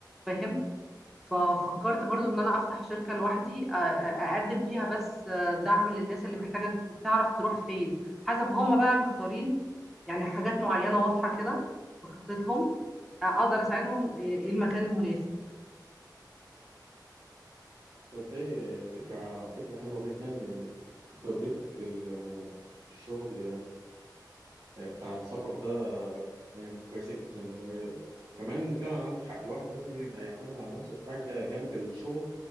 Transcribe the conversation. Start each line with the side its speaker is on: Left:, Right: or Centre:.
Centre: فاهم ففكرت برضو ان انا افتح شركة لوحدي أ- أ- اقدم فيها بس آه، دعم للناس اللي محتاجة تعرف تروح فين حسب هم بقى مختارين يعني حاجات معينة واضحة كده في خطتهم آه، اقدر اساعدهم ايه المكان المناسب
Right: تصدقي آه، فكرة فكرة حلوة جدا يعني خبرتك في ال- الشغل آه، بتاع السفر ده آه، يعني كويسة جدا و... وكمان فعلا عندك حق الواحد لازم يبقى يعتمد على نفسه في حاجة جنب الشغل